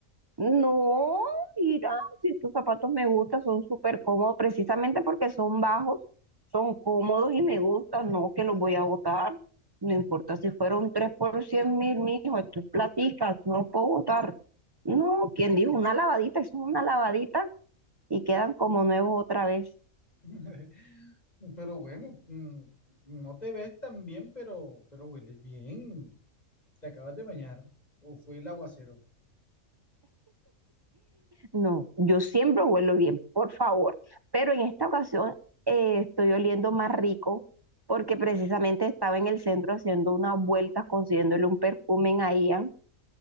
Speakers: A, on the right; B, on the left.
A: No, mira, si estos zapatos me gustan, son súper cómodos, precisamente porque son bajos, son cómodos y me gustan, no que los voy a botar. No importa si fueron tres por cien mil, mijo, esto es platica, no los puedo botar. No, quien dijo una lavadita, es una lavadita y quedan como nuevos otra vez.
B: <laughs> Pero bueno, mm, no te ves tan bien, pero, pero hueles bien. ¿Te acabas de bañar? ¿O fue el aguacero?
A: No, yo siempre huelo bien, por favor. Pero en esta ocasión eh, estoy oliendo más rico porque precisamente estaba en el centro haciendo unas vueltas, consiguiéndole un perfume a Ian